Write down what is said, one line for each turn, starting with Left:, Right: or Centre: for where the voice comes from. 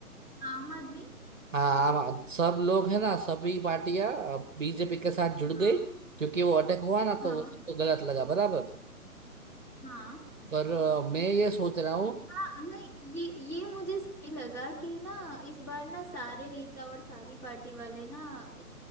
Centre: आम आदमी
Right: हाँ आम- सब लोग है ना सभी पार्टियां बीजेपी के साथ जुड़
Centre: हाँ
Right: गई क्योंकि वो अटैक हुआ ना
Centre: हाँ
Right: तो वो सबको गलत लगा बराबर
Centre: हाँ
Right: पर अ, मैं ये सोच रहा हूँ
Centre: हाँ नहीं ये ये मुझे सही लगा कि ना इस बार ना सारे नेता और सारी पार्टी वाले ना अ,